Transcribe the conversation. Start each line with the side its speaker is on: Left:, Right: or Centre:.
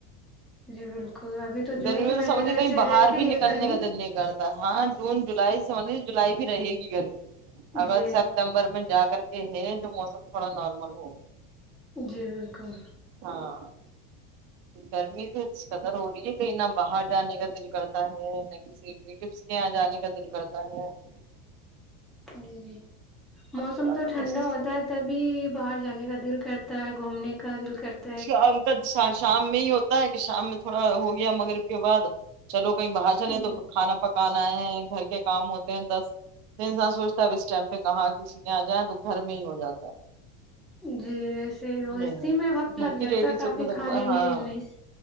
Centre: جی بالکل ابھی جون
Right: گرمی
Centre: کے
Right: میں
Centre: مہینے
Right: تو سمجھ لی
Centre: ویسے
Right: کہیں باہر
Centre: رہتی
Right: بھی نکلنے
Centre: ہے گرمی
Right: کا دل نہیں کرتا ہاں جون جولائی سمجھ لی جولائی بھی رہے گی گھر اگر
Centre: جی
Right: سپتمبر میں جا کے کر کے ہے جو موسم تھوڑا نارمل ہو
Centre: جی بالکل
Right: ہاں گرمی سے قدر ہو رہی ہے کہیں نہ باہر جانے کا دل کرتا ہے ریو کے یہاں جانے کا در کرت <unintelligible>
Centre: ج موسم
Right: زیادہ
Centre: تو ٹھنڈا
Right: بس
Centre: ہوتا ہے تبھی باہر جانے کا دل کرتا ہے گھومنے کا دل کرت
Right: شام کا شام میں یہ ہوتا ہے کہ شام میں تھوڑا ہو گیا مگر اس کے بعد چلو کویں باہر جانے
Centre: جی
Right: تو کانا پکا کان آئے ہیں گھر کے کام ہوتے ہیں دس پ انسان سوچتا ہے ا اس ٹائم پہ کہاں کسی کےاں جائیں تو گھر میں ہی ہو جاتا ہے
Centre: جی ایسے
Right: نہیں
Centre: اسی میں وقت
Right: گھر
Centre: لگ
Right: کی
Centre: جاتا
Right: لیڈیزوں
Centre: ہے کافی
Right: کےا
Centre: کھانے
Right: ہاں
Centre: میرے میں